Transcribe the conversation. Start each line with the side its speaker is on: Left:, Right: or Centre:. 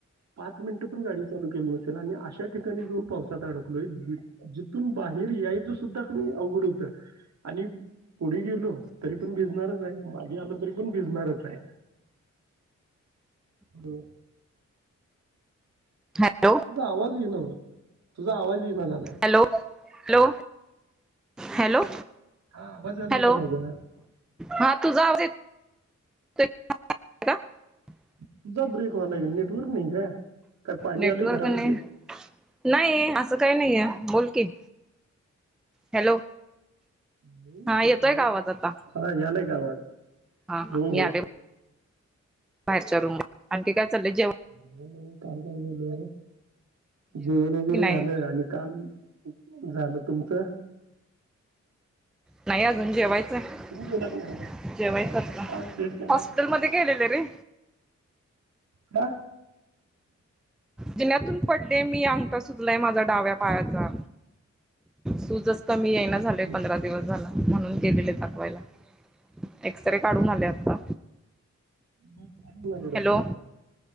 Right: पाच मिनिटं पण गाडी चालू केली नसेल आणि अशा ठिकाणी जाऊन पावसात अडकलोय जिथून बाहेर यायचं सुद्धा कनी अवघड हुतं आणि पुढे गेलो तरी पण भिजणारच आहे मागेआलो तरी पण भिजणारच आहे हॅलो
Centre: हॅलो
Right: तुझा आवाज येई न तुझा आवाज ये न झालाय
Centre: हॅलो हॅलो हॅलो
Right: हा आवाज आलाय
Centre: हॅलो
Right: का माझा
Centre: हा तुझा आवज <unintelligible>
Right: तुजा ब्रेक व्यालय नेटवर्क नाही काय पाणी
Centre: नेटवर्क
Right: आलंय घरामध्ये
Centre: नाही नाही असं काही नाही आहे बोल की हॅलो
Right: नाही
Centre: हा
Right: तर
Centre: येतोय
Right: काल
Centre: काय आवाज आता
Right: हा यालाय का आवाज
Centre: हा
Right: हो
Centre: हा
Right: हो
Centre: मी आलोय बाहेरच्या रूम मध्ये आणखी काय चालंय जेवण
Right: नाही काल काय झालय जेवण वगैरे
Centre: की नाही
Right: झालय आणि काल झाल तुमचं
Centre: नाही अजून जेवायचं आहे
Right: तुम्ही जेवला का नाही?
Centre: जेवायचं आत्ता
Right: आज लेट केलाय
Centre: हॉस्पिटल मध्ये गेलेले रे
Right: का
Centre: जीण्यात्यातून पडले मी अंगठा सुजलाय माझा डाव्या पायाचा सूज कमी
Right: अरे
Centre: येईना
Right: बापरे
Centre: झाले पंधरा दिवस झाल म्हणून गेलेले दाखवायला एक्सरे काढून आले आता
Right: मग काय म्हणाले डॉक्टर
Centre: हॅलो